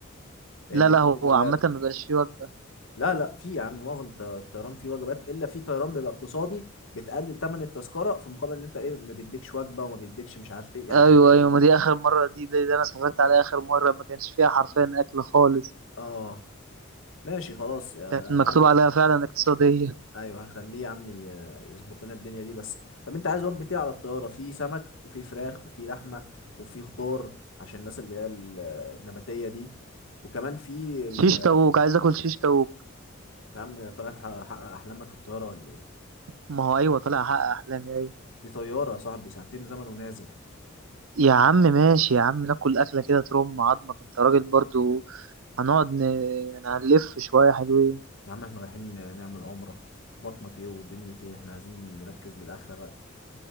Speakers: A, on the left (about 70°); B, on the right (about 75°).
A: لان
B: لا لا
A: في
B: هو
A: وجبات
B: عامة مبقاش فيه وجبة
A: لا لا في يا عم معظم الط- الطيران فيه وجبات الا في طيران بيبقى اقتصادي بتقلل ثمن التذكره في مقابل ان انت ايه ما بيديكش وجبه وما بيديكش مش عارف ايه يعني
B: أيوه
A: حاجات كتير
B: أيوه ما دي آخر مرة دي دي, دي أنا سافرت عليها آخر مرة ما كانش فيها حرفيا أكل خالص
A: اه ماشي خلاص يا,
B: كانت مكتوب
A: يا عم
B: عليها فعلا اقتصادية
A: ايوه هخليه يا عم ي- يظبط لنا الدنيا دي بس طب انت عايز وجبه ايه على الطياره في سمك وفي فراخ وفي لحمه وفي خضار عشان الناس اللي هي ال- النباتيه دي وكمان في ال...
B: شيش تاووك عايز آكل شيش تاووك
A: انت يا عم طلعت ح- حقق احلامك في الطياره ولا ايه
B: ما هو أيوه طالع أحقق أحلامي أيوه
A: دي طياره يا صاحبي ساعتين زمن ونازل
B: يا عم ماشي يا عم ناكل أكلة كده ترم عظمك أنت راجل برضو هنقعد ن... يعني هنلف شوية حلوين
A: يا عم احنا رايحين نعمل عمرة بطنك ايه ودنيتي ايه احنا عايزين نركز للآخرة بقى